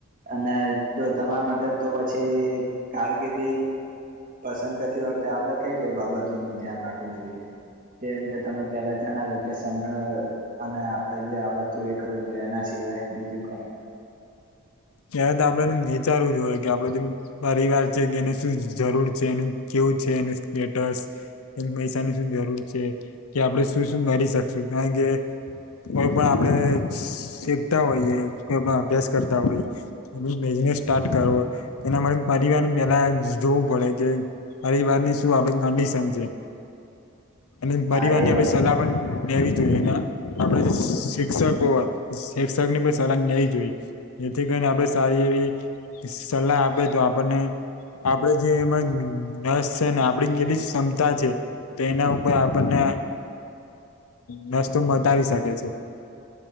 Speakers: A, on the right; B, on the left.
A: અને જો તમારા માટે તો પછી કારકિર્દી પસંદ કરતી વખતે આપડે કઈ કઈ બાબતોનું ધ્યાન રાખવું જોઈએ. જેમ કે તમે પેલા જણાવ્યું કે <unintelligible> અને આપડે જે આવડતું એ કાઉ <unintelligible> એના સિવાય બીજું કઈ
B: ત્યારે તો આપણેને વિચારવું જોએ કે આપડે જેમ પરિવાર છે કે એને શું જરૂર છે એનું કેવું છે એનું સ્ટેટસ. પૈસાની શું જરૂર છે કે આપડે શું શું કરી શકશું કારણ કે કોઈ પણ આપડે શીખતા હોઈએ કોઈ પણ અભ્યાસ કરતા હોઈએ ને ભાઈ બિઝનેસ સ્ટાર્ટ કરવું એના માટે પરિવાર પેલા જોવું પડે કે પરિવાર ની શું આપણી કડિશન છે અને
A: હા
B: પરિવાર
A: એ
B: ની
A: વાત
B: આપણી સલાહ પણ લેવી જોઈએ અને આ આપડે જે શિક્ષકો આ શિક્ષક ની પણ સલાહ જોઈએ. થી કરીને આપણે સારી એવી સલાહ આપે તો આપણને આપડે જે એમાં રસ છે ને આપડી કેટલી ક્ષમતા છે. તેના ઉપર આપણને ના નસ્તો મતાવી શકે છે.